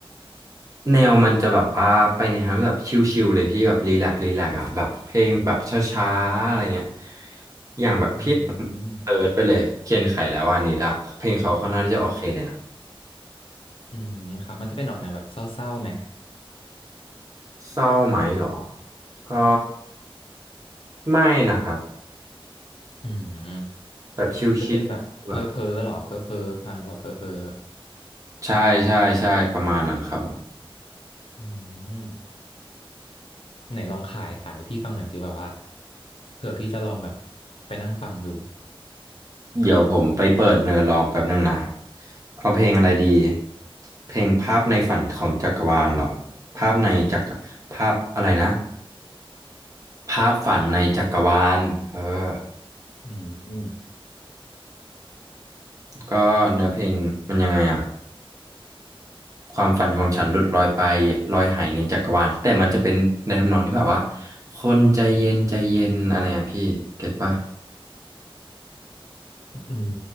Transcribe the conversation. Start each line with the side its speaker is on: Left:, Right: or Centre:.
Right: แนวมันจะแบบว่าไปในทางที่แบบชิลๆเลยพี่แบบรีแลกซ์รีแลกซ์อ่ะแบบเพลงแบบช้าๆอะไรเงี้ยอย่างแบบพี่
Left: อืม
Right: เติร์ดไปเลยเคียนไขแล้ววานิดอะเพลงเขาค่อนข้างที่จะโอเคเลยนะ
Left: อืมครับมันจะเป็นออกแนวแบบเศร้าๆไหม
Right: เศร้าไหมเหรอ ก็ไม่นะครับ
Left: อืม
Right: แบบชิลๆแบบ
Left: จะเป็นแบบเพ้อๆหรอเพ้อๆฟังแล้วแบบเพ้อเพ้อ
Right: ใช่ใช่ใช่ประมาณนั้นครับผม
Left: อืมไหนลองขายขายพี่ฟังหน่อยสิแบบว่าเผื่อพี่จะลองแบบไปนั่งฟังดู
Right: เดี๋ยวผมไปเปิดเนื้อร้องแป๊บนึงนะเอาเพลงอะไรดีเพลงภาพในฝันของจักรวาลเหรอภาพในจักรภาพอะไรนะภาพฝันในจักรวาลเออ
Left: อืมอืม
Right: ก็เนื้อเพลงมันยังไงอะ ความฝันของฉันหลุดลอยไปลอยหายในจักรวาลแต่มันจะเป็นในทำนองที่แบบว่าคนใจเย็นใจเย็นอะไรอ่ะพี่เก็ตปะ
Left: อืม